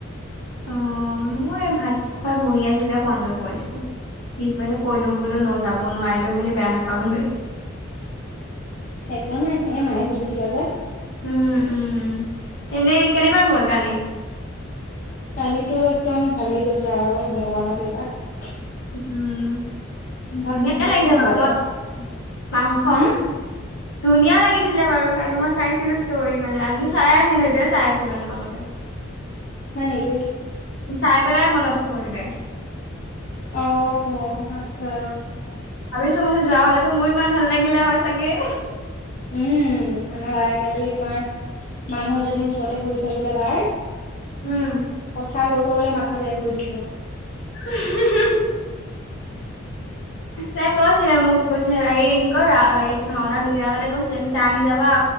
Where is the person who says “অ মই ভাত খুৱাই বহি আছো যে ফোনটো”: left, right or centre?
Left